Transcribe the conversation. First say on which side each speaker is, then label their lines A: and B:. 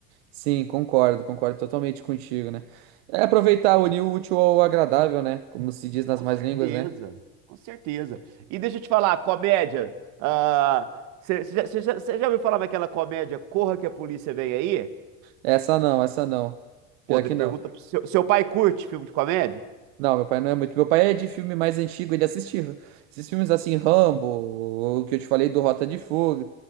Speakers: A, on the right; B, on the right.
A: Sim, concordo, concordo totalmente contigo, né? É aproveitar, unir o útil ao agradável, né? Como se diz nas
B: Com
A: mais
B: certeza,
A: línguas, né?
B: com certeza. E deixa eu te falar, comédia. ah, Você já, você já- você já ouviu falar naquela comédia Corra que a Polícia Vem Aí?
A: Essa não, essa não. Pior
B: Pô, de-
A: que
B: pergunta
A: não.
B: pro seu, seu pai curte filme de comédia?
A: Não, meu pai não é muito. Meu pai é de filme mais antigo, ele assiste esses filmes assim, Rambo, o que eu te falei do Rota de Fuga.